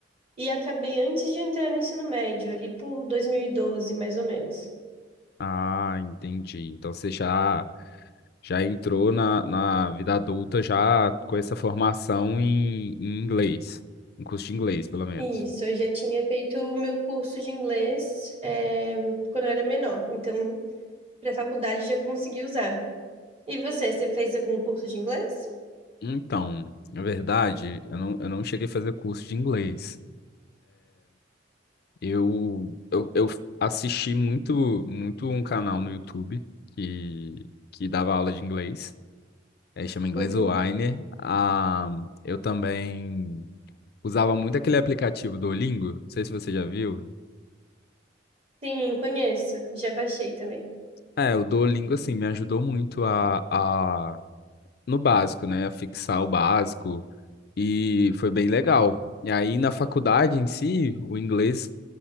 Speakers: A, on the right (about 35°); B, on the left (about 60°).
A: e acabei antes de entrar no ensino médio, ali por 2012, mais ou menos.
B: Ah, entendi. Então você já. Já entrou na, na vida adulta já com essa formação em, em inglês, em curso de inglês, pelo menos.
A: Isso, eu já tinha feito o meu curso de inglês, eh, quando eu era menor, então para a faculdade já consegui usar. E você, você fez algum curso de inglês?
B: Então, na verdade, eu não, eu não cheguei a fazer curso de inglês. Eu, eu, eu assisti muito, muito um canal no YouTube que, que dava aula de inglês. É, chama Inglês
A: Uhum.
B: Winer. Ah, eu também usava muito aquele aplicativo Duolingo. Não sei se você já viu.
A: Sim, conheço. Já baixei também.
B: É, o Duolingo, assim, me ajudou muito a, no básico, né? A fixar o básico. E foi bem legal. E aí, na faculdade em si, o inglês